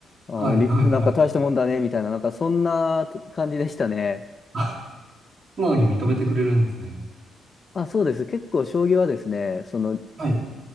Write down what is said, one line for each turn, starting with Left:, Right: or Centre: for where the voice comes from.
Left: ああ、
Right: はい、
Left: りなんか大したもんだね、
Right: はい、はい。
Left: みたいな、なんかそんな感じでしたね。
Right: <laughs> まに認めてくれるんですね。
Left: あ、そうです。結構将棋はですね、その、
Right: はい。